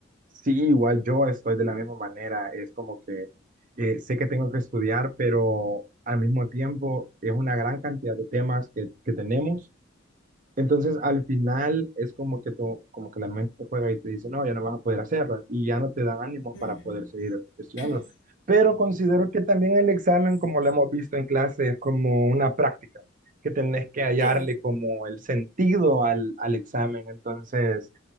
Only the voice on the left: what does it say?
Ujú.
<clears throat>
Sí,